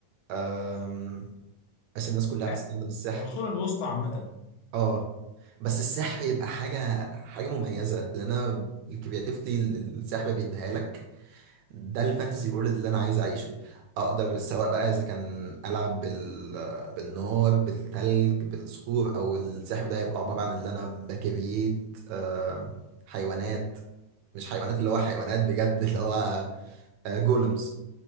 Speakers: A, on the right; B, on the left.
A: آه بس الناس كلها
B: لا،
A: بتستخدم السحر
B: العصور الوسطى عامة
A: اه بس السحر يبقى حاجة حاجة مميزة لأن أنا الكرياتيفيتي اللي السحر بيديها لك ده الفانتسي وورلد اللي أنا عايز أعيشه أقدر سواء بقى إذا كان ألعب بال... بالنار بالتلج بالصخور أو السحر ده يبقى عبارة عن اللي أنا بكريت آه، حيوانات مش حيوانات اللي هو حيوانات بجد اللي هو آه... جولمز